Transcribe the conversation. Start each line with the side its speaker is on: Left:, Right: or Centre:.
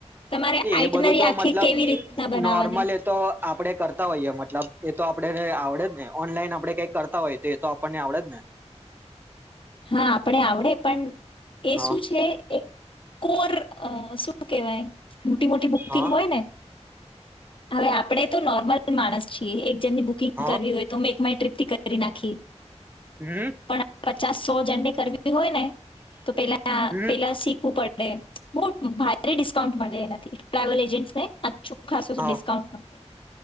Left: તમારે
Right: એ
Left: આઇટનરી
Right: બધું તો
Left: આખી
Right: મતલબ
Left: કેવી રીતના બનાવવાની
Right: નોર્મલ એ તો આપડણે કરતા હોઈએ મતલબ એ તો આપણેેને આવડે જ ને ઓનલાઈન આપડણે કઈ કરતા હોઈએ તો એ તો આપણને આવડે જ ને.
Left: હા આપડે આવડે પણ એ
Right: હા
Left: શું છે એક કોર શું કેવાય. મોટી મોટી બુકિંગ
Right: હા
Left: હોય ને હવે આપડે તો નોર્મલ માણસ છીએ. જેની બુકિંગ
Right: હા
Left: કરવી હોય તો મેં એક માય ટ્રી કરી નાખી.
Right: હમ.
Left: પણ પચાસ સો જન ને કરવી હોય ને તો પેલા
Right: હમ
Left: પેલા શીખવું પડે. બહ ભારે ડિસ્કાઉન્ટ મળે એ નથી ટ્રાવલ એજન્ટને ખાસો
Right: હા
Left: ડિસ્કાઉન્ટમાં